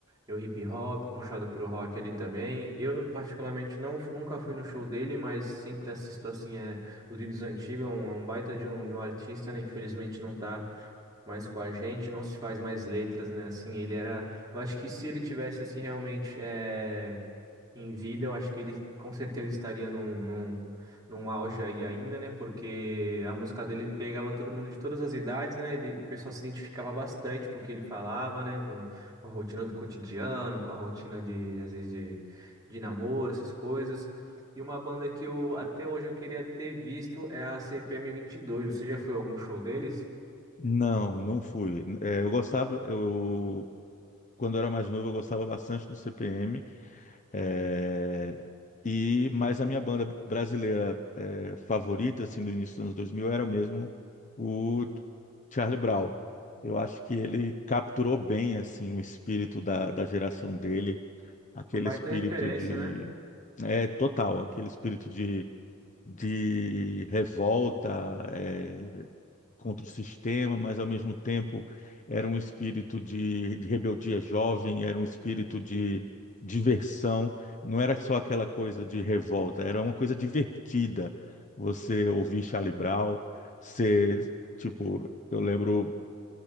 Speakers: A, on the right; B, on the left.
A: é o hip hop, puxado pro rock ali também. Eu, não- particularmente, não, fu- nunca fui no show dele, mas sempre assisto, assim, é, os vídeos antigos. É um, é um baita de um, de um artista, né? Infelizmente não tá mais com a gente, não se faz mais letras, né? Assim, ele era... Eu acho que se ele tivesse, assim, realmente... é, em vida, eu acho que ele com certeza estaria num, num, num auge aí ainda, né? Porque a música dele pegava todo mundo de todas as idades, né? Ele, o pessoal se identificava bastante com o que ele falava, né? Com, com a rotina do cotidiano, com a rotina de, às vezes, de, de namoro, essas coisas. E uma banda que eu até hoje eu queria ter visto é a CPM 22. Você já foi a algum show deles?
B: Não, não fui. Eh, eu gostava, eu, quando eu era mais novo, eu gostava bastante do CPM. É, e mas a minha banda brasileira é, favorita assim do início dos anos 2000 era mesmo o Charlie Brown. Eu acho que ele capturou bem assim o espírito da, da geração dele, aquele
A: Uma baita
B: espírito
A: referência,
B: de
A: né?
B: é total, aquele espírito de de revolta, é, contra o sistema, mas ao mesmo tempo era um espírito de, de rebeldia jovem, era um espírito de diversão, não era só aquela coisa de revolta, era uma coisa divertida. Você ouvir Charlie Brown, ser, tipo, eu lembro.